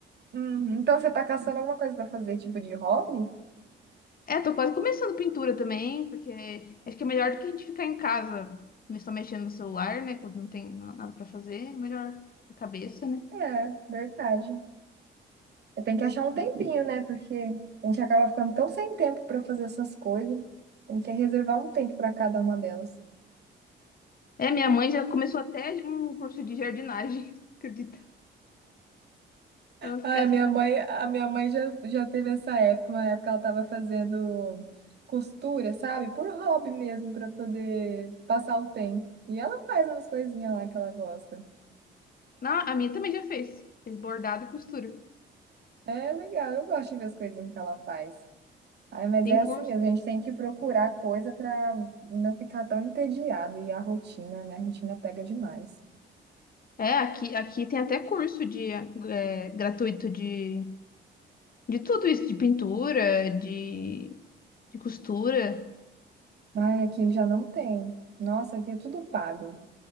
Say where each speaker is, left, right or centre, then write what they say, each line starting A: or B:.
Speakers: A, on the right; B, on the left.
A: Uhum. Então você tá caçando alguma coisa para fazer, tipo de hobby?
B: É, tô quase começando pintura também, porque acho que é melhor do que a gente ficar em casa, mas só mexendo no celular, né? Quando não tem na- nada pra fazer, é melhor a cabeça, né?
A: É, verdade. Tem que achar um tempinho, né? Porque a gente acaba ficando tão sem tempo para fazer essas coisas. A gente tem que reservar um tempo para cada uma delas.
B: É, minha mãe já começou até um curso de jardinagem, <laughs> acredita? Pra não
A: Ai,
B: ficar sem.
A: minha mãe, a minha mãe já, já teve essa época, uma época ela estava fazendo costura, sabe? Por hobby mesmo, para poder passar o tempo. E ela faz umas coisinhas lá que ela gosta.
B: Não, a minha também já fez. Fez bordado e costura.
A: É legal, eu gosto de ver as coisinhas que ela faz. Ai, mas
B: Tem
A: é
B: curso.
A: assim mesmo, a gente tem que procurar coisa para não ficar tão entediado. E a rotina, né? A rotina pega demais.
B: É, aqui, aqui tem até curso de é, gratuito de De tudo isso, de pintura, de, de costura.
A: Ai, aqui já não tem. Nossa, aqui é tudo pago.